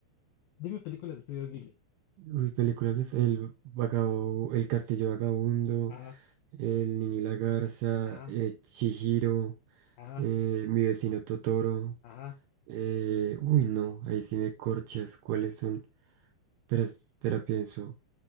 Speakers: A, on the left; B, on the right.
A: Dime películas de estudio Ghibli.
B: Uy, películas es El Vagabundo, El Castillo Vagabundo.
A: Ajá,
B: El niño y la garza,
A: ajá,
B: eh, Chihiro,
A: ajá,
B: eh, mi vecino Totoro.
A: ajá.
B: eh, uy, no, ahí sí me corchas. ¿Cuáles son? Espera, espera, pienso.